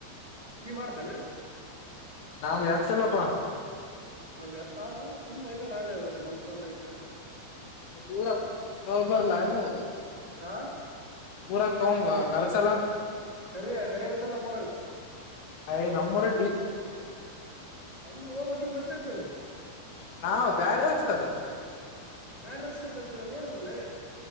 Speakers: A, on the right; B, on the left.
A: ನೀ ಮಾಡ್ತೆ ಏನ
B: ನಾವು ಯತ್ತಲ್ಲಪ್ಪಾ
A: ಮ ಅತ್ತಾವ ಸುಂಬ ಇಿಂದ ನಾನೇ ಮನ್ಸವರ್ಲ ತೆ
B: ಪೂ ಸೋಬರ ಲನು
A: ಹಾ
B: ಪೂರ ಕ ನಕ ಸಲ
A: ಕರಿಯ ಕರಿಯಾಗಸಲ್ಲ ನಮ್ ಮೂರಾಗ
B: ಯ ನಮ್ಮೂರು
A: ಅಂದ್ರ ಹೋಗ್ಬೇಕಿಲ್ ಮತ್ತೆ ಬಂದಿ
B: <unintelligible> ನಾ ಬ್ಯಾಡ ಹಕ್ತಾರ
A: ಬೇಾರ ರಸ್ತರ್ ಮತ ನೋಡದಕ್ಲೀ